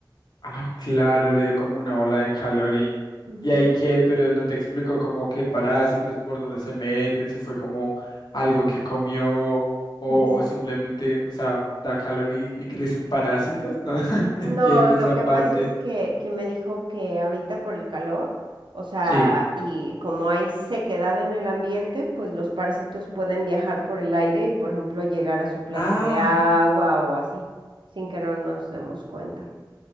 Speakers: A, on the left; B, on the right.
A: Ah, claro, le dio como una ola de calor y,
B: Ujú.
A: y ahí qué, pero no te explico como qué parásitos, por dónde se meten, si fue como algo que comió o, o
B: Dice-
A: simplemente, o sea, da calor y, y crecen parásitos. No, <laughs> no entiendo
B: no, lo
A: esa
B: que
A: parte.
B: pasa es que, que me dijo que ahorita por el calor, o sea,
A: Sí.
B: y como hay sequedad en el ambiente, pues los parásitos pueden viajar por el aire y, por ejemplo, llegar a su plato
A: Ah,
B: de agua o así, sin que no nos demos cuenta.